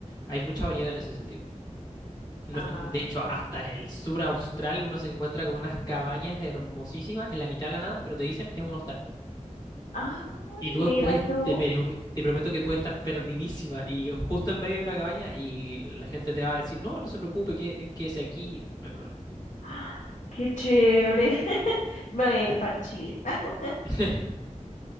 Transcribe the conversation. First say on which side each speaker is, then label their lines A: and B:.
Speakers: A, on the left; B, on the left.
A: hay mucha variedad en ese sentido. No-
B: Ah,
A: de hecho,
B: ok.
A: hasta en el sur austral uno se encuentra con unas cabañas hermosísimas en la mitad de la nada, pero te dicen es un hostal.
B: Ay,
A: Y tú
B: mira
A: puedes,
B: tú.
A: te, pre-
B: <gasps>
A: te prometo que puedes estar perdidísima y justo en medio de una cabaña y la gente te va a decir, no, no se preocupe, que, quédese aquí, no hay problema.
B: Ah, Qué chévere. <laughs> Me voy a ir para Chile. <laughs>
A: <laughs>